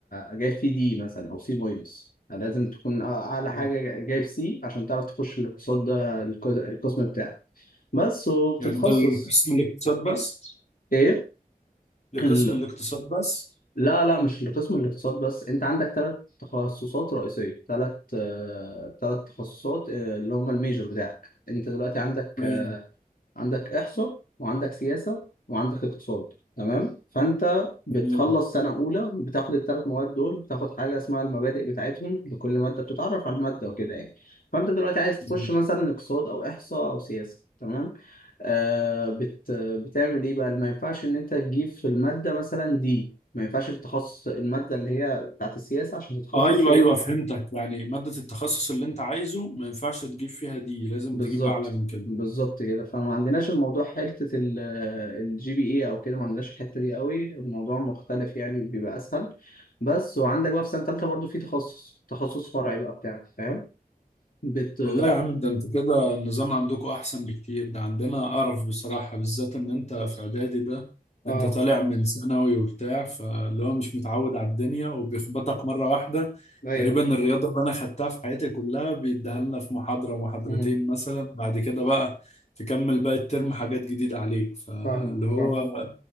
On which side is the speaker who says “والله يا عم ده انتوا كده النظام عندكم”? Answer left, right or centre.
Left